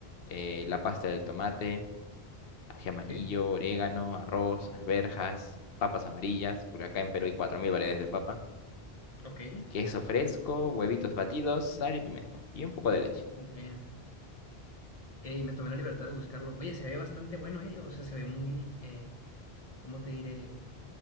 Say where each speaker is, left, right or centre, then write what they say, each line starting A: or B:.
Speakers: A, on the left; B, on the left.
A: eh, la pasta del tomate, ají amarillo,
B: Sí,
A: orégano, arroz, alberjas, papas amarillas, porque acá en Perú hay 4.000 variedades de papa,
B: ok.
A: queso fresco, huevitos batidos, sal y pimienta, y un poco de leche.
B: Ok. Eh, y me tomé la libertad de buscarlo. Oye, se ve bastante bueno, ¿eh? O sea, se ve muy, eh, ¿cómo te diré?